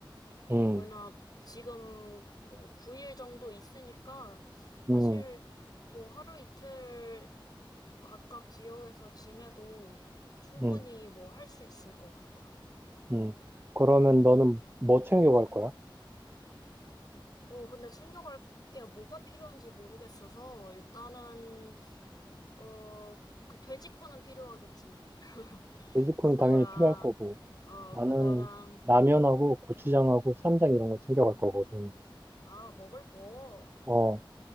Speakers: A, on the right (about 25°); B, on the left (about 50°).
A: 음,
B: 워낙 지금 뭐 9일 정도 있으니까 사실
A: 음,
B: 뭐 하루 이틀 각각 지역에서 지내도 충분히
A: 음,
B: 뭐 할 수 있을 것 같다.
A: 음. 그러면 너는 뭐 챙겨갈 거야?
B: 어, 근데 챙겨갈 게 뭐가 필요한지 모르겠어서, 일단은, 어, 그 돼지코는 필요하겠지. <laughs>
A: 돼지코는
B: 그거랑,
A: 당연히 필요할 거고,
B: 어,
A: 나는
B: 그거랑,
A: 라면하고 고추장하고 쌈장 이런 거 챙겨갈 거거든.
B: 아, 먹을 거.
A: 어,